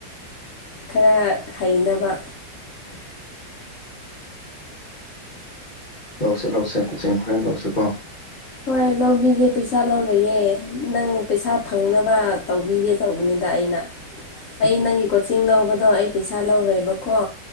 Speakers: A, on the left; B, on the left.
A: ꯈꯔ ꯍꯩꯅꯕ
B: ꯂꯧꯁꯦ ꯂꯧꯁꯦ ꯀꯣꯆꯤꯡ ꯍꯣꯔꯦꯟ ꯂꯧꯁꯤ ꯀꯣ
A: ꯍꯣꯏ ꯂꯧꯕꯤꯒꯦ ꯄꯩꯁꯥ ꯂꯧꯔꯣꯏꯌꯦ ꯅꯪ ꯄꯩꯁꯥ ꯐꯪꯅꯕ ꯇꯧꯕꯤꯒꯦ ꯇꯧꯕꯅꯤꯗꯥ ꯑꯩꯅ
B: <inaudible>
A: ꯑꯩ ꯅꯪꯒꯤ ꯀꯣꯆꯤꯡ ꯂꯧꯕꯗꯣ ꯑꯩ ꯄꯩꯁꯥ ꯂꯧꯔꯣꯏꯕꯀꯣ